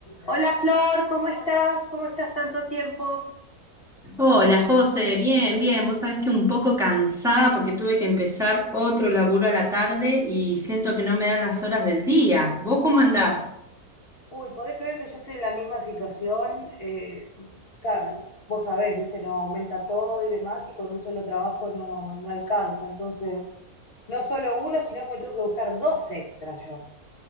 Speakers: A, on the left (about 40°); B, in the centre.
A: Hola Flor, ¿cómo estás? ¿Cómo estás tanto tiempo?
B: Hola José, bien, bien. Vos sabés que un poco cansada porque tuve que empezar otro laburo a la tarde y siento que no me dan las horas del día. ¿Vos cómo andás?
A: Uy, ¿podés creer que yo estoy en la misma situación? Eh, ta- vos sabés, viste, no aumenta todo y demás, y con un solo trabajo no, no alcanza. Entonces, no solo uno, sino que me tengo que buscar dos extras yo.